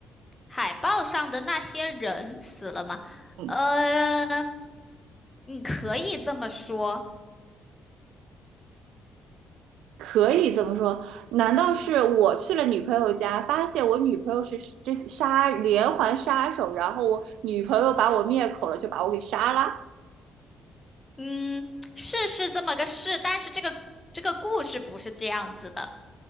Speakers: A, on the left; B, on the right.
A: 海报上的那些人死了吗？
B: 嗯，
A: 呃，你可以这么说。
B: 可以这么说。难道是我去了女朋友家，发现我女朋友是这杀连环杀手，然后我女朋友把我灭口了，就把我给杀了？
A: 嗯，是是这么个事，但是这个这个故事不是这样子的。